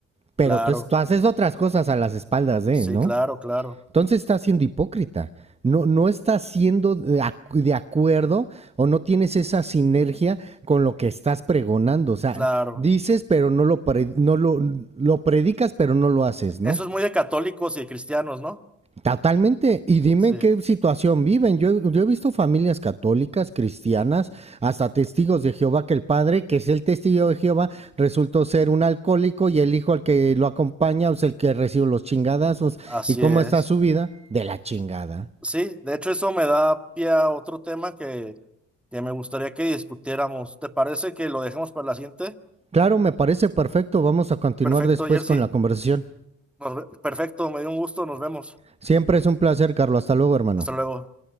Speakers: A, on the right (about 20°); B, in the centre.
A: pero
B: claro.
A: tú, es- tú haces otras cosas a las espaldas de,
B: Sí,
A: ¿no?
B: claro, claro,
A: Entonces estás siendo hipócrita. No, no estás siendo de, acu- de acuerdo o no tienes esa sinergia con lo que estás pregonando. O sea,
B: claro.
A: dices, pero no lo, pre- no lo, lo predicas, pero no lo haces, ¿no?
B: Eso es muy de católicos y de cristianos, ¿no?
A: Totalmente. Y dime
B: Sí,
A: en qué situación viven. Yo, yo he visto familias católicas, cristianas, hasta testigos de Jehová, que el padre, que es el testigo de Jehová, resultó ser un alcohólico y el hijo al que lo acompaña es el que recibe los chingadazos.
B: así
A: ¿Y cómo
B: es.
A: está su vida? De la chingada.
B: Sí, de hecho eso me da pie a otro tema que, que me gustaría que discutiéramos. ¿Te parece que lo dejemos para la siguiente?
A: Claro, me parece perfecto. Vamos a continuar
B: Perfecto,
A: después
B: Jersey.
A: con la conversación.
B: Nos ve- Perfecto, me dio un gusto, nos vemos.
A: Siempre es un placer, Carlos. Hasta luego, hermano.
B: Hasta luego.